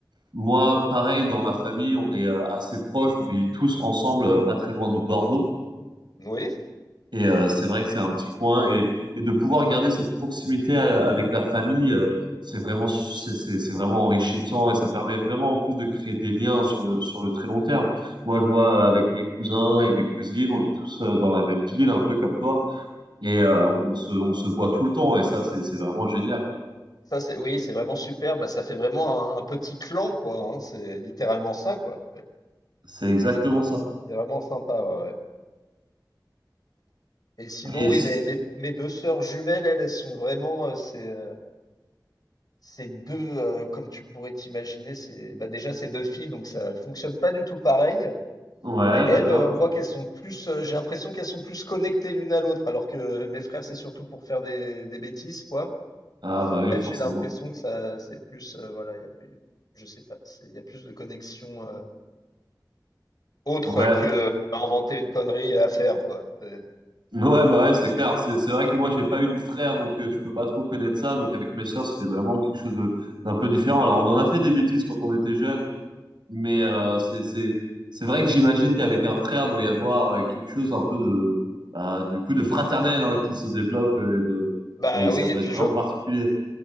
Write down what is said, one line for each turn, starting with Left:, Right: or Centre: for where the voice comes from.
Right: moi, pareil, dans ma famille, on est euh, assez proches. On vit tous ensemble, euh, pas très loin de Bordeaux.
Left: Oui,
Right: Et euh, c'est vrai que c'est un petit coin. Et, et de pouvoir garder cette proximité à avec la famille, euh, c'est vraiment, c'est c'est- c'est vraiment enrichissant. Et ça permet vraiment, en plus, de créer des liens sur le sur le très long terme. Moi, je vois euh, avec mes cousins et mes cousines, on est tous euh, dans la même ville, un peu comme toi. Et euh, on se on se voit tout le temps. Et ça, c'est c'est vraiment génial.
Left: ça c'est oui, c'est vraiment super. Bah, ça fait vraiment un, un petit clan quoi. hein. C'est littéralement ça quoi.
Right: C'est exactement ça.
Left: C'est vraiment sympa. ouais, ouais. Et sinon,
Right: Et
Left: oui,
Right: c-
Left: mes, mes, mes deux sœurs jumelles, elles, elles sont vraiment, euh, c'est Ces 2, heu, comme tu pourrais t'imaginer, c'est bah, déjà, c'est 2 filles, donc ça fonctionne pas du tout pareil.
Right: ouais,
Left: Mais
Right: d'accord.
Left: elles, heu, on voit qu'elles sont plus, heu, j'ai l'impression qu'elles sont plus connectées l'une à l'autre, alors que mes frères, c'est surtout pour faire des des bêtises, quoi.
Right: Ah bah oui,
Left: Elles,
Right: forcément.
Left: j'ai l'impression que ça c'est plus, heu, voilà, il y a plus je sais pas, c'est il y a plus de connexion, heu, autre
Right: Ouais.
Left: que euh, inventer une connerie à faire, quoi. C'est
Right: Ouais, bah ouais, c'est clair. C'est c'est vrai que moi, j'ai pas eu de frère, donc euh, je peux pas trop connaître ça. Donc avec mes sœurs, c'était vraiment quelque chose de d'un peu différent. Alors on en a fait des bêtises quand on était jeunes, mais euh, c'est c'est c'est vrai que j'imagine qu'avec un frère, doit y avoir euh, quelque chose un peu de bah, du coup de fraternel hein, qui se développe euh, et de
Left: bah,
Right: et ça
Left: oui
Right: doit
Left: et puis
Right: être vraiment
Left: je
Right: particulier.